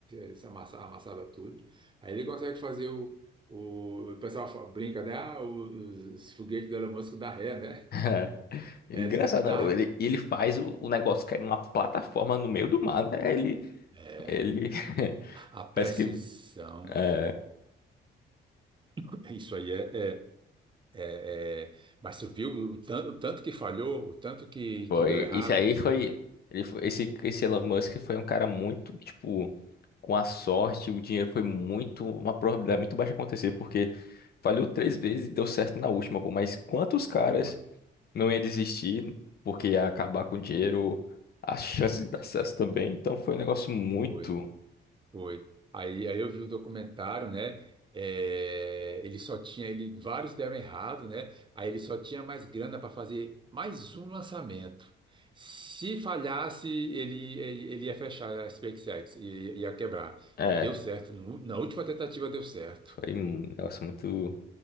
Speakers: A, on the right (about 25°); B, on the left (about 50°).
A: isso amassa- amassava tudo. Aí ele consegue fazer o. O, o pessoal fa- brinca, né? Ah, os, os foguetes do Elon Musk da ré,
B: <laughs>
A: né?
B: É. Engraçado,
A: É, dá,
B: não, ele, ele faz o, o negócio cair numa plataforma no meio do mar, né? Ele,
A: É,
B: ele <laughs>
A: a, a precisão,
B: parece que é,
A: é, <laughs> isso aí é, é, é, é- mas tu viu o tanto, o tanto que falhou, o tanto que,
B: Foi,
A: que deu errado?
B: isso aí foi, ele foi- esse, esse Elon Musk foi um cara muito, tipo, com a sorte, o dinheiro foi muito, uma probabilidade muito baixa de acontecer, porque falhou três vezes e deu certo na última, pô, mas quantos caras
A: Foi,
B: não ia desistir porque ia acabar com o dinheiro, as chances de dar certo também, então foi um negócio muito,
A: foi, foi. Aí, aí eu vi o documentário, né? É, ele só tinha, ele, vários deram errado, né? Aí ele só tinha mais grana para fazer mais um lançamento. Se falhasse, ele, ele, ele ia fechar a SpaceX, ia, ia quebrar.
B: é,
A: E deu certo, no- na última tentativa deu certo.
B: foi um negócio muito